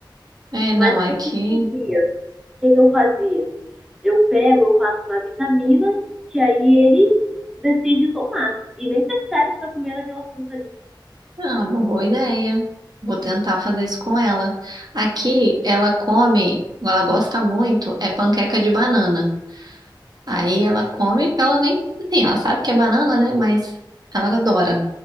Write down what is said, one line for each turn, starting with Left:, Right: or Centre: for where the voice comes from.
Right: É, não,
Centre: Mas
Right: aqui
Centre: o que eu fazia? O que que eu fazia? Eu pego, eu faço uma vitamina, que aí ele decide tomar. E nem percebe que tá comendo aquela fruta ali.
Right: é uma boa ideia. Vou tentar fazer isso com ela. Aqui ela come, ela gosta muito, é panqueca de banana. Aí ela come, então ela nem, assim, ela sabe que é banana, né? Mas ela adora.